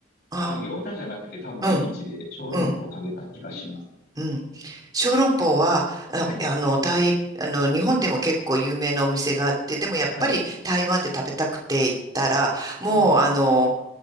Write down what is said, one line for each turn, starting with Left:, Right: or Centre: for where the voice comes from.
Right: <laughs> あ、
Left: あの、餃子じゃなくて多分夜市で小籠包を食べた気がします。
Right: うん、うん、うん。小籠包は、ああの、
Left: はい。
Right: 台、あの、日本でも結構有名なお店があって、でもやっぱり台湾で食べたくて行ったら、
Left: はい。
Right: もうあの、
Left: ああ、